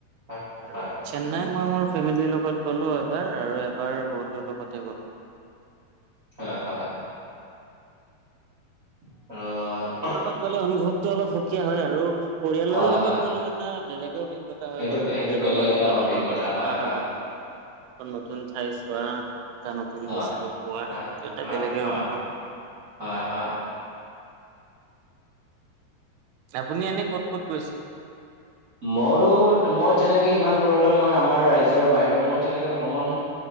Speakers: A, on the right; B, on the right.
A: হয়
B: আৰু
A: হয়
B: চেন্নাই মই মোৰ ফেমিলিৰ লগত গ'লো এবাৰ আৰু এবাৰ বন্ধুৰ লগতে গ'লো।
A: হয়, হয়। <unintelligible>
B: লগত গলে অনুভৱটো অলপ সুকীয়া হয় আৰু পৰিয়ালৰ
A: হয়
B: লগত
A: হয়
B: গ'লেও এটা বেলেগে অভিজ্ঞ গতা হয়
A: সেইটো
B: বাৰু
A: সেইটো
B: পৰিয়ালৰ
A: বেলেগ
B: মানুহ
A: এটা
B: কেইজনৰ
A: অভিজ্ঞতা
B: লগত,
A: হয়
B: হা-হা-হা।
A: হয়
B: আকৌ নতুন ঠাই চোৱা এটা নতুন
A: হয়
B: বস্তু পোৱা
A: হয়,
B: ত' এটা
A: হয়,
B: বেলেগে
A: হয়,
B: অনুভৱ।
A: হয়, হয়।
B: আপুনি এনে ক'ত ক'ত গৈছে?
A: ময়ো মই তেনেকে ইমান দূৰলৈ মই আমাৰ ৰাইজৰ বাহিৰত মই তেনেকে ভ্ৰমণ